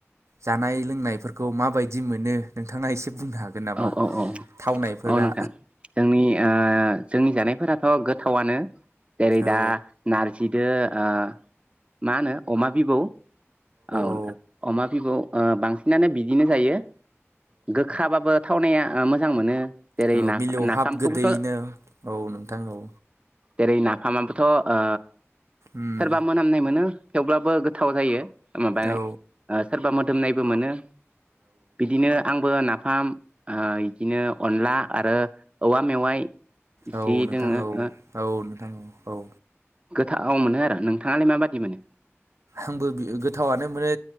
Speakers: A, on the right; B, on the right.
A: जानाय लोंनायफोरखौ माबायदि मोनो नोंथाङा एसे बुंनो हागोन नामा
B: औ औ औ
A: थावनायफोरा
B: औ नोंथां जोंनिआ जोंनि जानायफोराथ' गो थावानो जेरै
A: औ
B: दा नारजिदो ओ मा होनो अमा बिबौ औ नोंथां
A: औ
B: अमा औ बांसिनानो बिदिनो जायो। गोखाबाबो थावनाया ओ मोजां मोनो। जेरै
A: औ
B: नाफा
A: मिलौ
B: नाफामखौबोथ'
A: हाब गोदैयैनो औ नोंथां औ।
B: जेरै नाफामाबोथ' ओ
A: उम
B: सोरबा मोनामनाय मोनो। थेवब्लाबो गोथाव जायो। माबा ओ
A: औ
B: सोरबा मो मोदोमनायबो मोनो। बिदिनो आंबो नाफ फाम ओ बिदिनो अनला आरो औवा मेवाइ।
A: औ
B: जि
A: नोंथां
B: दोङो
A: औ
B: ओ
A: औ नोंथां औ।
B: थाव मोनो आरो नोंथाङालाय माबादि मोनो?
A: आंबो गोथावआनो मोनो